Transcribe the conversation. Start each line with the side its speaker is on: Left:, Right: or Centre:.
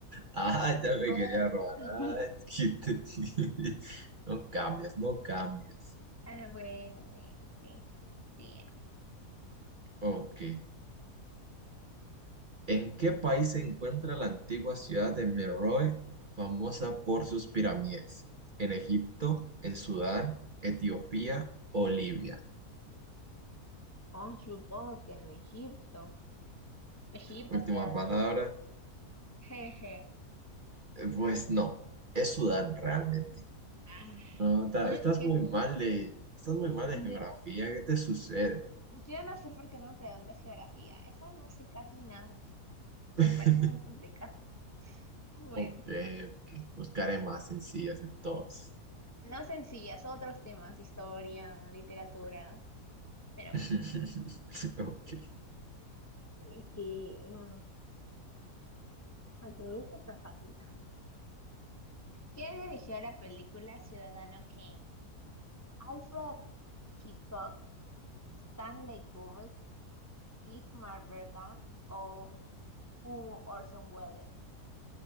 Right: Ah, ya me
Left: Bueno,
Right: quería robar.
Left: <laughs>
Right: Ah, es que te- <laughs> No cambias, no cambias.
Left: Ah, bueno, bueno, ok. Siguiente.
Right: Ok. ¿En qué país se encuentra la antigua ciudad de Meroe, famosa por sus pirámides? ¿En Egipto, en Sudán, Etiopía o Libia?
Left: Oh, supongo que en Egipto. Egipto
Right: Última
Left: queda,
Right: palabra.
Left: sí. Jeje.
Right: Eh, Pues no, es Sudán realmente.
Left: Ah,
Right: No, ta-
Left: no,
Right: estás
Left: es que
Right: muy
Left: no,
Right: mal
Left: me-
Right: de,
Left: que-
Right: estás muy mal de
Left: no,
Right: geografía. ¿Qué te sucede?
Left: yo no sé por qué me preguntas geografía. Eso no sé casi nada.
Right: <laughs>
Left: Me parece muy complicado. Bueno,
Right: Ok, ok. Buscaré más sencillas entonces.
Left: no sencillas, otros temas, historia, literatura, pero
Right: <laughs> Ok.
Left: bueno, Es que, ah, aunque eso está fácil también. ¿Quién dirigió la película Ciudadano Kane? Alfred Hitchcock, Stanley Kubrick, Ingmar Bergman o u Orson Welles.